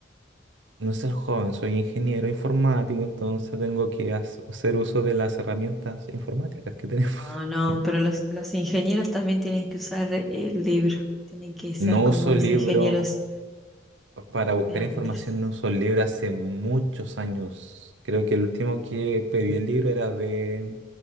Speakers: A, on the right; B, in the centre.
A: no soy joven, soy ingeniero informático, entonces tengo que has- hacer uso de las herramientas informáticas que tenemos. <laughs>
B: No, no, pero los, los ingenieros también tienen que usar el libro. Tienen que ser
A: No
B: como
A: uso
B: los
A: libro
B: ingenieros
A: para
B: de
A: buscar
B: antes.
A: información, no uso libro hace muchos años. Creo que el último que pedí el libro era de